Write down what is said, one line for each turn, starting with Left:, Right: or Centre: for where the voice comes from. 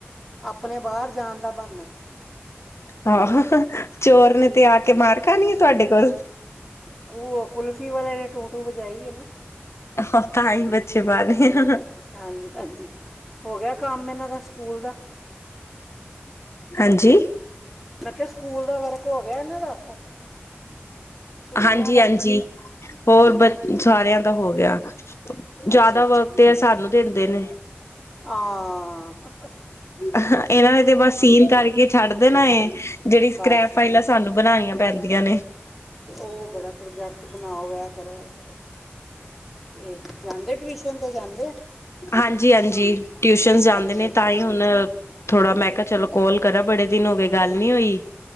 Centre: ਆਪਣੇ ਬਾਰ ਜਾਣ ਦਾ ਬਾਨਾ।
Left: ਆਹੋ, ਹ ਹ, ਚੋਰ ਨੇ ਤੇ ਆ ਕੇ ਮਾਰ ਖਾਣੀ ਆ ਤੁਆਡੇ ਕੋਲ।
Centre: ਕੁੂ ਕੁਲਫੀ ਵਾਲੇ ਨੇ ਟੂੰ- ਟੂੰ, ਬਜਾਈ ਹੈ ਨਾ।
Left: ਆਹੋ ਤਾਂ ਈ, ਬੱਚੇ ਬਾਰ ਆ ਰਏ ਆ, ਹ, ਹ,
Centre: ਹਾਂਜੀ -ਹਾਂਜੀ ਹੋ ਗੇਆ ਕੰਮ, ਏਨਾਂ ਦਾ ਸਕੂਲ ਦਾ।
Left: ਹਾਂਜੀ।
Centre: ਮੈ ਕੇਆ ਸਕੂਲ ਦਾ ਵਰਕ ਹੋ ਗੇਆ, ਏਨਾਂ ਦਾ? ਛੁੱਟੀਆਂ
Left: ਹਾਂਜੀ
Centre: ਦਾ
Left: -ਹਾਂਜੀ ਹੋਰ ਬ ਸਾਰਿਆਂ ਦਾ ਹੋ ਗਿਆ। ਜ਼ਾਦਾ
Centre: ਅੱਛਾ
Left: ਵਰਕ ਤੇ ਏ, ਸਾਨੂੰ ਦਿੰਦੇ ਨੇ।
Centre: ਆ--ਹਹ
Left: ਹ। ਹਹ, ਏਨਾਂ ਨੇ ਤੇ ਬਸ ਸੀਨ ਕਰਕੇ ਛੱਡ ਦੇਣਾ ਏ, ਜੇਹੜੀਆ
Centre: ਬਸ
Left: ਸਕ੍ਰੈਪ ਫਾਈਲਾਂ, ਸਾਨੂੰ ਬਣਾਣੀਆਂ ਪੈਂਦੀਆਂ ਨੇ।
Centre: ਓ ਬੜਾ ਪ੍ਰੋਜੈਕਟ ਬਣਾਓ, ਏ ਕਰੋ। ਤੇ ਜਾਂਦੇ ਟਿਊਸ਼ਨ ਤੇ ਜਾਂਦੇ ਆ।
Left: ਹਾਂਜੀ -ਹਾਂਜੀ ਟਿਊਸ਼ਨ ਜਾਂਦੇ
Centre: ਅੱਛਾ
Left: ਨੇ ਤਾਂ ਈ ਹੁਣ ਥੋੜਾ ਮੈਂ ਕਿਹਾ ਚਲੋ ਕੋਲ ਕਰਾਂ, ਬੜੇ ਦਿਨ ਹੋ ਗਏ ਗੱਲ ਨੀ ਹੋਈ।